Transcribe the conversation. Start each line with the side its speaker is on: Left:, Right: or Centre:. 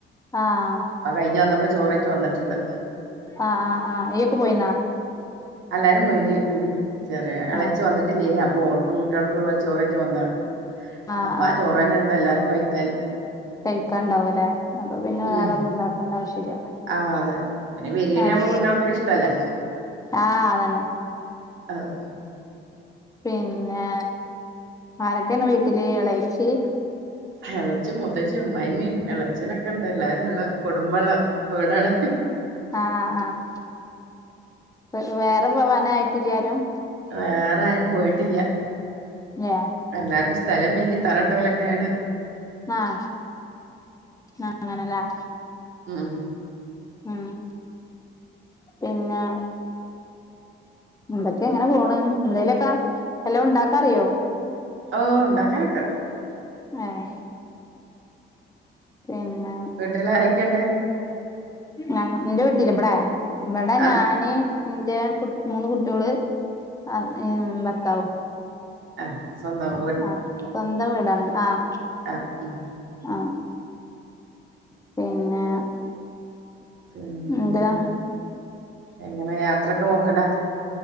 Left: ആഹ്
Right: ആ കഴിഞ്ഞ വന്നപ്പോ ചോറേക്ക് വന്നിട്ടുണ്ട്
Left: ആഹ് ആഹ് ആഹ് ഇയ്യൊക്കെ പോയിന്നാ
Right: എല്ലാരും പോയിന് ഉമ് ചെറിയ ഇളച്ചു
Left: ആഹ്
Right: വന്നി കട്ടി ല്ലേനി അപ്പൊ ഓൾക്കും കുട്ടികൾക്കും ള്ള ചോറയ് റ്റ് വന്നാണ്
Left: ആഹ്
Right: അപ്പൊ ആ ചോറ് ന്നെ ഇണ്ട് എല്ലാർക്കും കഴിക്കാന്
Left: കഴിക്കാണ്ടാവും ല്ലേ അപ്പൊ പിന്നെ വേറെ
Right: ഉം
Left: ഒന്നും ഉണ്ടാക്കേണ്ട ആവശ്യല്ല
Right: ആ അതെ പിന്നെ ബിരിയാണി
Left: ആഹ്
Right: ആകുമ്പോ കുട്ട്യാക്കൊക്കെ ഇഷ്ടല്ലേ
Left: ആഹ് അതന്നെ
Right: ആഹ്
Left: പിന്നെ ആരൊക്കെന്നെ വീട്ടില് ഇളച്ചി
Right: ഇളച്ചി മുത്തച്ചും അമ്മായിമ്മീ ഇളച്ചനൊക്കെ ഇണ്ട് എല്ലാരും ള്ള കുടുംബള്ള വിടാണ്
Left: ആഹ് ആഹ് പക്ഷേ വേറെ പോവാന ആയിട്ടില്ലാരും
Right: വേറെ ആരും പോയിട്ടില്ല
Left: യാഹ്
Right: എല്ലാവർക്കും സ്ഥലം ഭയങ്ങി തറട്ടവലൊക്കെയാണ്
Left: ആഹ് ആഹ് അങ്ങനെല്ലേ
Right: ആഹ്
Left: ആഹ് പിന്നെ എടൊക്കെ എങ്ങനെ പോണ് എന്തേലൊക്കെ എല്ലാം ഉണ്ടാക്കാ അറിയോ
Right: ഓഹ് ഉണ്ടകനകെ അറിയാം
Left: ആഹ് <unintelligible>
Right: വീട്ടിൽ ആരൊക്കെയുണ്ട്
Left: ഞ എന്റെ വീട്ടീ ഇവിടെ ഇവിടെ
Right: ആ
Left: ഞാന് ഇന്റെ കു മൂന്ന് കുട്ട്യാള് ആഹ് ഭർത്താവും
Right: ആഹ് സ്വന്തം
Left: ആഹ് സ്വന്തം വീടാണ് ആഹ്
Right: ആഹ് ഉമ്
Left: ആഹ് പിന്നെ
Right: പിന്നെന്താ
Left: എന്താ
Right: എങ്ങനെ യാത്രയൊക്കെ നോക്കണ്ട